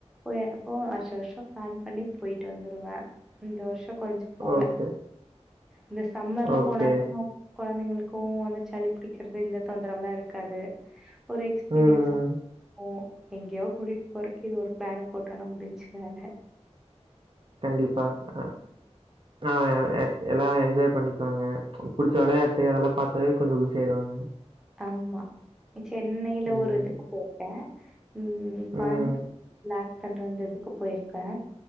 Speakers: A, in the centre; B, on the right.
A: போ போ வருஷ வருஷோம் பிளான் பண்ணி போயிட்டு வந்துடுவே இந்த வருஷோ கொஞ்சு போல
B: ஓகே
A: இந்த சம்மர்ல
B: ஓகே
A: போனா தா கொழந்தைங்களுக்கு வந்து சளி புடிக்கிறது இந்த தொந்தரவுல்லா இருக்காது ஒரு எக்ஸ்பீரியன்ஸ்
B: ம்
A: ஆகு எங்யோ கூட்டிட் போறக்கு இது ஒரு ப்ளேன போட்டனா முடிஞ்சு வேல
B: கண்டிப்பா அ அ ஏக் எல்லா என்ஜாய் பண்ணிக்கோங்க புடிச்ச விளயாட்டு அதெல்லா பாத் ப்வே கொஞ்ச குஷி ஆயிருவாங்க
A: ஆமா சென்னைல
B: ம்
A: ஒரு இதுக்கு போட்ட ம் கோய்ம்து
B: ம்
A: ப்ளேக் தண்ட அந்த இதுக்கு போய்ர்க்க